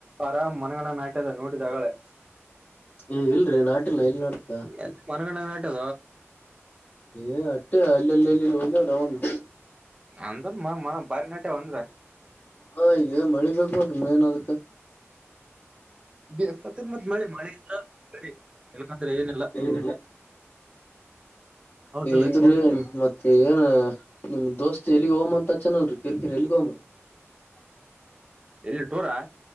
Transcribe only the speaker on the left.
ಏ ಇಲ್ರಿೀ ನಾಟಿಲ್ಲಲ್ಲ ಇಲ್ಲಿ ನೋಡ್ತಾ
ಏ ಅಟ್ಟೆ ಅಲ್ಲಲ್ಲಿ ಎಲ್ಲಿಲ್ಲಿ ಹೋಗವ್ ರ ಅವನು
ಹಾ ಗನ್ ಮಳಿ ಬೇಕು ಉಂಟು ಮ ಏನ್ ಅದಕ್ಕೆ
ಇಲ್ಲ
ಇದ್ರ ಮತ್ತೆ ಏನ್ ನಿಮ್ ದೋಸ್ತ್ ಎಲ್ಲಿಗ್ ಹೋಮ್ ಅಂತ ಹಚನಲ್ರಿ ಕಿರಿಕಿರಿ ಎಲ್ಲಿಗ್ ಹೋಗಂ ರಿ